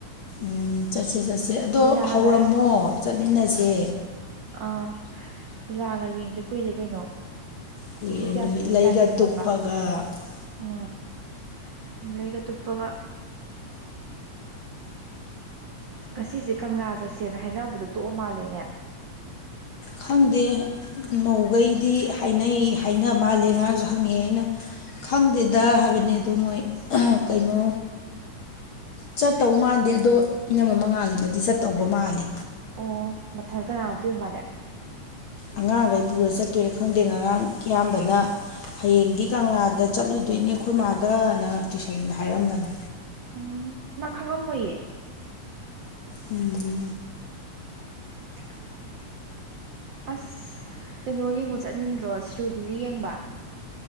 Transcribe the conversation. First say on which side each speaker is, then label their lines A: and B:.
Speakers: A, on the left (about 60°); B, on the right (about 85°).
A: ꯎꯝ ꯆꯠꯁꯦ ꯆꯠꯁꯦ ꯑꯗꯣ
B: ꯂꯤꯂꯥꯒ
A: ꯍꯧꯔꯝꯃꯣ ꯆꯠꯃꯤꯟꯅꯁꯦ
B: ꯑꯥ ꯂꯤꯂꯥꯒ ꯌꯦꯡꯗ ꯀꯨꯏꯔꯦ ꯀꯩꯅꯣ
A: ꯀꯨꯏꯔꯦ
B: ꯆꯍꯤ ꯀꯌꯥ
A: ꯅꯨꯃꯤꯠ
B: ꯁꯨꯔꯦ
A: ꯂꯩꯒ
B: ꯂꯤꯂꯥ ꯌꯦꯡꯗꯕ
A: <unintelligible>
B: ꯎꯝ ꯅꯨꯃꯤꯠꯂꯩꯒ ꯇꯨꯞꯄꯒ ꯉꯁꯤꯁꯦ ꯀꯪꯂꯥ ꯆꯠꯁꯦꯅ ꯍꯥꯏꯅꯕꯗꯣ ꯇꯣꯛꯑ ꯃꯥꯜꯂꯦꯅꯦ
A: ꯈꯪꯗꯦ ꯃꯧꯈꯩꯗꯤ ꯍꯥꯏꯅꯩ ꯍꯥꯏꯅꯕ ꯃꯥꯜꯂꯦ ꯉꯔꯥꯡꯁꯨ ꯍꯪꯉꯦ ꯑꯩꯅ ꯈꯪꯗꯦꯗ ꯍꯥꯏꯕꯅꯤ ꯑꯗꯨ ꯃꯣꯏ ꯀꯩꯅꯣ ꯆꯠꯇꯧ ꯃꯥꯥꯟꯗꯦ ꯑꯗꯣ ꯏꯅꯃꯥ ꯃꯉꯥꯜꯂꯩꯃꯗꯤ ꯆꯠꯇꯧꯕ ꯃꯥꯜꯂꯦ
B: ꯑꯣ ꯃꯊꯟ ꯀꯅꯥ ꯍꯥꯞꯇꯣꯏꯕ ꯃꯥꯗꯤ
A: ꯑꯉꯥꯡꯈꯩ ꯄꯨꯔ ꯆꯠꯇꯣꯏꯔꯦ ꯈꯪꯗꯦ ꯉꯔꯥꯡ ꯀꯤꯌꯥꯝꯕꯅ ꯍꯌꯦꯡꯗꯤ ꯀꯪꯂꯥꯗ ꯆꯠꯂꯨꯗꯣꯏꯅꯦ ꯑꯩꯈꯣꯏ ꯃꯥꯒꯅ ꯇꯨꯏꯁꯟꯗ ꯍꯥꯏꯔꯝꯕꯅꯦ
B: ꯎꯝ ꯃꯥ ꯈꯪꯉꯝꯃꯣꯏꯌꯦ
A: ꯎꯝ
B: <inaudible> ꯑꯁ ꯀꯩꯅꯣ ꯌꯦꯡꯕ ꯆꯠꯅꯤꯡꯗ꯭ꯔꯣ ꯁꯤꯔꯣꯏ ꯂꯤꯂꯤ ꯌꯦꯡꯕ